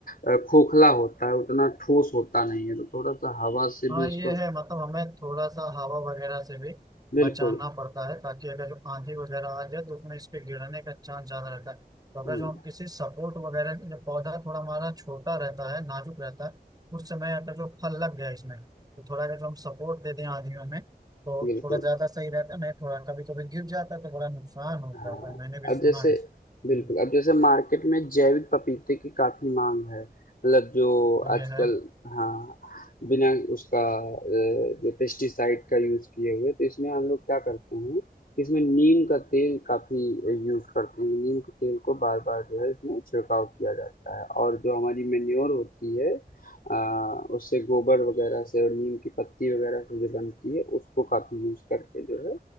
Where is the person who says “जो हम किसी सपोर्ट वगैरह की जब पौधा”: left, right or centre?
Right